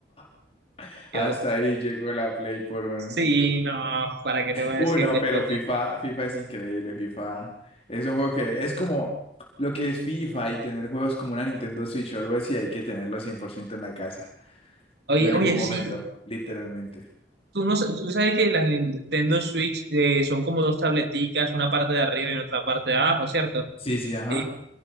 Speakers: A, on the left; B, on the right.
A: <laughs>
B: Yo,
A: Hasta ahí llegó la Play por un,
B: sí, no, ¿para qué te voy
A: Uy,
B: a decir
A: no,
B: después
A: pero FIFA,
B: de...
A: FIFA es increíble, FIFA. Es un juego que es como lo que es FIFA y tener juegos como una Nintendo Switch o algo así, hay que tenerlo 100% en la casa,
B: Oye,
A: en algún
B: oye,
A: momento,
B: sí,
A: literalmente.
B: tú, no, sa- tú sabes que las Nintendo Switch eh, son como dos tableticas, una parte de arriba y otra parte de abajo, ¿cierto?
A: Sí, sí, ajá.
B: Eh,